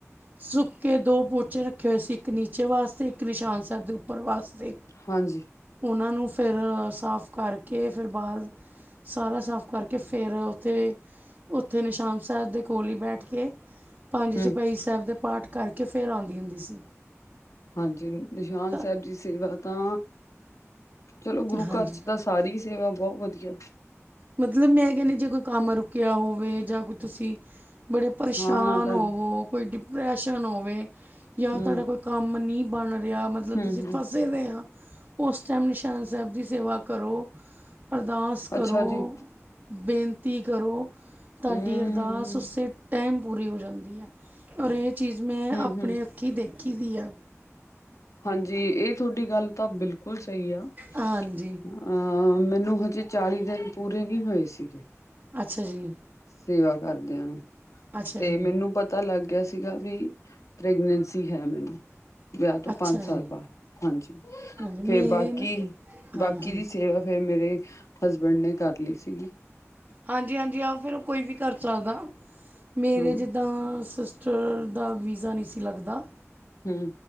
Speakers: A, on the right (about 30°); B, on the left (about 85°).
A: ਸੁੱਕੇ ਦੋ ਪੋਚੇ ਰੱਖੇ ਹੋਏ ਸੀ, ਇੱਕ ਨੀਚੇ ਵਾਸਤੇ ਇੱਕ ਨਿਸ਼ਾਨ ਸੈਬ ਦੇ ਉੱਪਰ ਵਾਸਤੇ।
B: ਹਾਂਜੀ।
A: ਓਨਾਂ ਨੂੰ ਫੇਰ ਸਾਫ ਕਰਕੇ ਫੇਰ ਬਾਦ ਸਾਰਾ ਸਾਫ ਕਰਕੇ ਫੇਰ ਓ ਤੇ ਓਥੇ ਨਿਸ਼ਾਨ ਸੈਬ ਦੇ ਕੋਲ ਈ ਬੈਠ ਕੇ ਪੰਜ
B: ਹੂੰ
A: ਚੋਪਾਈ ਸੈਬ ਦੇ ਪਾਠ ਕਰਕੇ ਫੇਰ ਆਉਂਦੀ ਹੁੰਦੀ ਸੀ।
B: ਹਾਂਜੀ ਨਿਸ਼ਾਨ
A: ਤਾਂ
B: ਸੈਬ ਦੀ ਸੇਵਾ ਤਾਂ ਚਲੋ ਗੁਰੂ
A: ਹਾਂਜੀ
B: ਘਰ 'ਚ ਤਾਂ ਸਾਰੀ ਈ ਸੇਵਾ ਬਹੁ ਵਧੀਆ।
A: ਮਤਲਬ ਮੈਂ ਕੈਨੀ ਜੇ ਕੋਈ ਕੰਮ ਰੁਕਿਆ ਹੋਵੇ ਜਾਂ ਕੋਈ ਤੁਸੀਂ ਬੜੇ ਪਰੇਸ਼ਾਨ
B: ਹਾਂ ਨਾ ਭੈਣ
A: ਹੋਵੋ, ਕੋਈ ਡਿਪਰੈਸ਼ਨ ਹੋਵੇ ਜਾਂ
B: ਹੂੰ,
A: ਤਾਡਾ ਕੋਈ ਕੰਮ ਨੀ ਬਣ ਰਿਆ, ਮਤਲਬ
B: ਹੂੰ-ਹੂੰ
A: ਤੁਸੀਂ ਫਸ ਸੇ ਦੇ ਆਂ, ਓਸ ਟੈਮ ਨਿਸ਼ਾਨ ਸੈਬ ਦੀ ਸੇਵਾ ਕਰੋ, ਅਰਦਾਸ ਕਰੋ।
B: ਅੱਛਾ ਜੀ
A: ਬੇਨਤੀ ਕਰੋ, ਤਾਡੀ
B: ਹੂੰ
A: ਅਰ ਦਾਸ ਉਸੇ ਟੈਮ ਪੂਰੀ ਹੋ ਜਾਂਦੀ ਆ। ਔਰ ਏ ਚੀਜ਼ ਮੈਂ
B: ਹੂੰ-ਹੂੰ
A: ਆਪਣੇ ਅੱ ਖੀ ਦੇਖੀ ਦੀ ਆ।
B: ਹਾਂਜੀ ਏ ਤੁਆਡੀ ਗੱਲ ਤਾਂ ਬਿਲਕੁਲ ਸਈ ਆ।
A: ਹਾਂਜੀ
B: ਅ ਮੈਨੂੰ ਹਜੇ ਚਾਲੀ ਦਿਨ ਪੂਰੇ ਨੀ ਹੋਏ ਸੀਗੇ।
A: ਅੱਛਾ ਜੀ।
B: ਸੇਵਾ ਕਰਦਿਆਂ ਨੂੰ,
A: ਅੱਛਾ
B: ਤੇ
A: ਜੀ
B: ਮੈਨੂੰ ਪਤਾ ਲੱਗ ਗਿਆ ਸੀ। ਸੀਗਾ ਵੀ ਪ੍ਰੈਗਨੈਂਸੀ ਹੈ ਮੈਨੂੰ, ਵਿਆ ਤੋਂ
A: ਅੱਛਾ
B: ਪੰਜ
A: ਜੀ
B: ਸਾਲ ਬਾਦ ਹਾਂਜੀ।
A: ਹਾਂਜੀ ਮੇਰੇ
B: ਫੇਰ ਬਾਕੀ-ਬਾਕੀ
A: ਨਾ ਹਾਂਜੀ
B: ਦੀ ਸੇਵਾ ਫੇਰ ਮੇਰੇ ਹਸਬੈਂਡ ਨੇ ਕਰ ਲਈ ਸੀਗੀ।
A: ਹਾਂਜੀ-ਹਾਂਜੀ ਆਓ ਫੇਰ ਓ ਕੋਈ ਵੀ ਕਰ ਸਕਦਾ। ਮੇਰੇ
B: ਹਾਂ
A: ਜਿੱਦਾਂ ਸਿਸ ਸਿਸਟਰ ਦਾ ਵੀਜ਼ਾ ਨੀ ਸੀ ਲੱਗਦਾ।
B: ਹੂੰ।